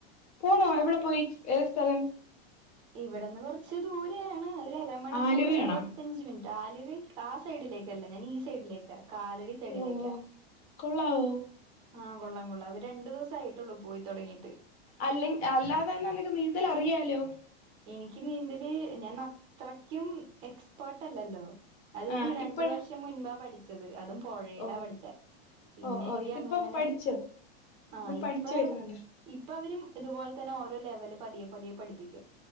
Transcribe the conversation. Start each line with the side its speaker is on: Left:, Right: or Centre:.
Left: പോണോ എവിടെ പോയി ഏത സ്ഥലം
Right: ഇവിടന്ന് കുറച്ച് ദൂരെയാണ് ഒരു അരമണിക്കൂർ
Left: ആലുവയാണോ
Right: ഇരുപത്തഞ്ച് മിനിറ്റ് ഡാലുവെ ആ സൈഡിലേക്കല്ല ഞാൻ ഈ സൈഡിലേക്ക് കാലടി സൈഡിലേക്ക്
Left: ഓഹ് കൊള്ളാവോ
Right: ആഹ കൊള്ളാം കൊള്ളാം ഒരു രണ്ടു ദിവസം ആയിട്ടുള്ളൂ പോയി തുടങ്ങിയിട്ട്
Left: അല്ല അല്ലാതെ തന്നെ അനക്ക് നീന്തൽ അറിയാലോ
Right: എനിക്ക് നീന്തല് ഞാൻ അത്രക്കും- എക്സ്പേർട്ട അല്ലല്ലോ അതൊരു
Left: ആഹ്
Right: രണ്ട
Left: ഇപ്പഴ
Right: വർഷം മുൻപാ പഠിച്ചത് അതും പുഴയിലാ
Left: ഓഹ്
Right: പഠിച്ച പിന്നെ
Left: ഓഹ് ഓഹ്
Right: എനിക്ക്
Left: ഇതിപ്പം
Right: അങ്ങനെ
Left: പഠിച്ചോ
Right: ആഹ
Left: ഇത്
Right: ഇപ്പ
Left: പഠിച്ചു വരുന്നുണ്ടോ
Right: ഇപ്പ അവരും. ഇതുപോലെ തന്നെ ഓരോ ലെവല് പതിയെ പതിയെ പഠിപ്പിക്കും